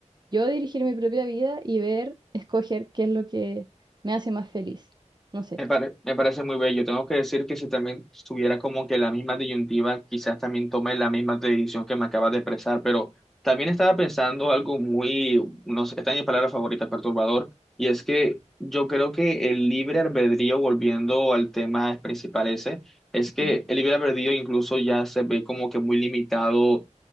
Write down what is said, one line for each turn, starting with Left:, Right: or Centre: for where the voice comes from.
Right: yo dirigir mi propia vida y ver, escoger qué es lo que me hace más feliz. No sé.
Centre: Me pare- me parece muy bello. Tengo que decir que si también estuviera como que la misma disyuntiva, quizás también tome la misma decisión que me acabas de expresar, pero también estaba pensando algo muy, no sé, está en mi palabra favorita, perturbador, y es que yo creo que el libre albedrío, volviendo al tema principal ese, es
Right: Ujú.
Centre: que el libre albedrío incluso ya se ve como que muy limitado